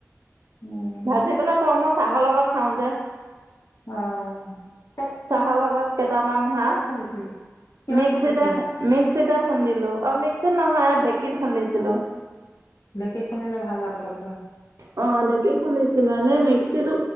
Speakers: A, on the left; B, on the right.
A: উম,
B: ভাজি পেলাই থ মই চাহৰ লগত খাওঁ যে।
A: আহ।
B: চাহৰ লগত কেইটামান হাঁ
A: খুন্দিছিলি? কিহত
B: মিক্সিতে
A: খুন্দিছিলি?
B: মিক্সিতে। খুন্দিলো অমিক্সিত নহয় ঢেঁকীত খুন্দিছিলো।
A: ঢেঁকীত খুন্দিলে ভাল আও পাতকে।
B: অ ঢেঁকীত শুনিছিলো এনে মিক্সিতটো।